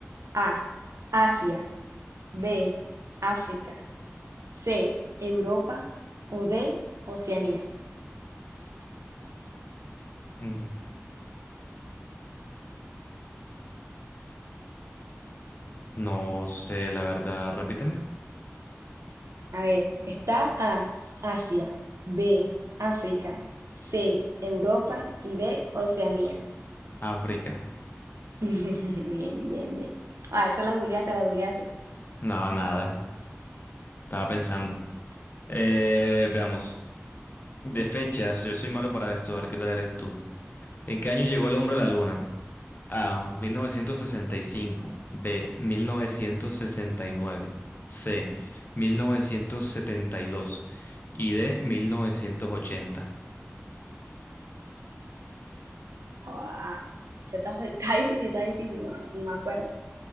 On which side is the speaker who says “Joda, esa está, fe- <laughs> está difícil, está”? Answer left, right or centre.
Right